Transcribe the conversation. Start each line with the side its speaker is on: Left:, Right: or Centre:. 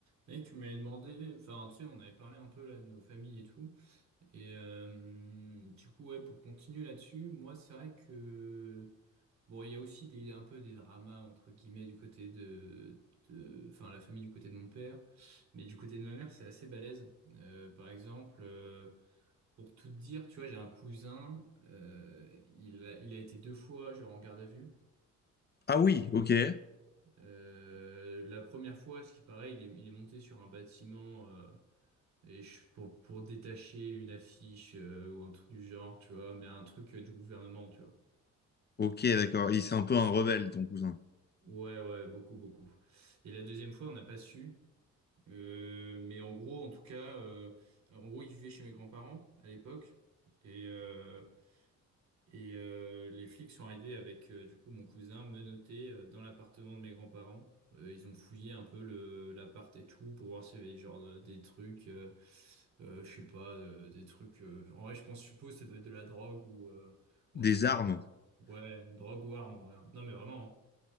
Right: Mec, tu m'avais demandé, enfin, tu sais, on avait parlé un peu là de nos familles et tout. Et euh, du coup, ouais, pour continuer là-dessus, moi, c'est vrai que bon, il y a aussi des, un peu des dramas entre guillemets du côté de, de, enfin, la famille du côté de mon père, mais du côté de ma mère, c'est assez balèze. Euh, par exemple, euh, pour tout te dire, tu vois, j'ai un cousin, euh, il a, il a été deux fois genre en garde à vue.
Left: Ah oui, ok.
Right: Euh, la première fois, ce qui paraît, il est, il est monté sur un bâtiment. Euh, Et je- pour, pour détacher une affiche euh, ou un truc du genre, tu vois, mais un truc euh, du gouvernement, tu vois.
Left: Ok, d'accord. Il c'est un peu un rebelle, ton cousin.
Right: Ouais, ouais, beaucoup, beaucoup. Et la deuxième fois, on n'a pas su. Euh, mais en gros, en tout cas, euh, en gros, il vivait chez mes grands-parents à l'époque. Et, euh, Et euh, les flics sont arrivés avec euh, du coup mon cousin menotté euh, dans l'appartement de mes grands-parents. Euh, ils ont fouillé un peu le l'appart et tout pour voir s'il y avait genre euh, des trucs, euh, euh, je sais pas, euh, des trucs. euh, en vrai, je pense, je suppose, que ça doit être de la drogue ou euh, ou
Left: Des
Right: un truc.
Left: armes.
Right: Ouais, une drogue ou arme en vrai. hein. Non mais vraiment.